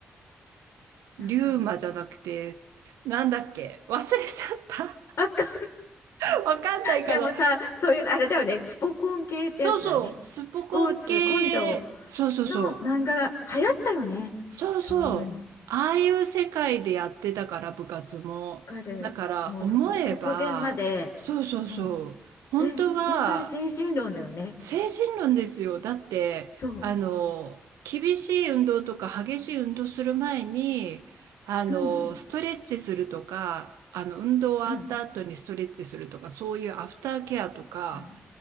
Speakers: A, on the left; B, on the right.
A: なんだろう。
B: リューマじゃなくて、なんだっけ忘れちゃっ
A: あか、
B: た <laughs> わかんないかな。
A: でもさ、そういう、あれだよね、スポコン系ってやつだよね。
B: そうそう、スポコン系、
A: スポーツ根性
B: そうそうそう。
A: の漫画が流行ったよね。
B: そうそう。
A: そういうの。わ
B: ああいう世界でやってたから、部活も。
A: かる。
B: だから、
A: もうとく極限まで。
B: 思えば、そうそうそう。
A: も
B: 本当は、
A: ぜ本当あれ精神論だよね。
B: 精神論ですよ。だって、
A: そう。
B: あの、厳しい運動とか激しい運動する前に、あの、
A: うん、
B: ストレッチするとか、あの、運動終わった後にストレッチするとか、
A: うん、
B: そういうアフターケアとか、
A: うん、